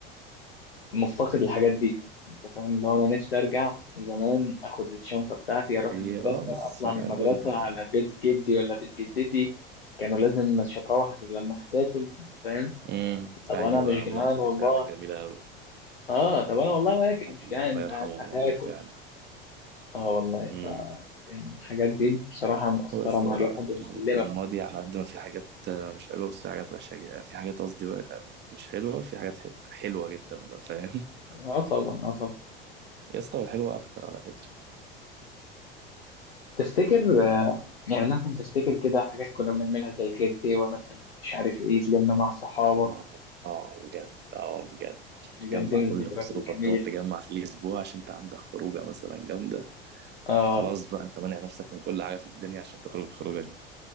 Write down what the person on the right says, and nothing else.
هي
اه بس
آه،
برضه
يعني
امم
ايوه
اللقطه
دي فعلا جميله قوي
الله
الله يرحمهم
والله فعلا
امم
هو بس
آه،
ال- الماضي
على قد ما في حاجات آه، مش حلوة بس في حاجات وحشة جدا في حاجات قصدي آه، مش حلوة في حاجات ح- حلوة جدا بقى فاهم <laughs>
يا اسطى والحلوة أكتر على فكرة
اه اه بجد اه بجد
تجمع
كل
مصروفك
تقعد تجمع في الأسبوع عشان أنت عندك خروجة مثلا جامدة
خلاص بقى أنت مانع نفسك من كل حاجة في الدنيا عشان تخرج الخروجة دي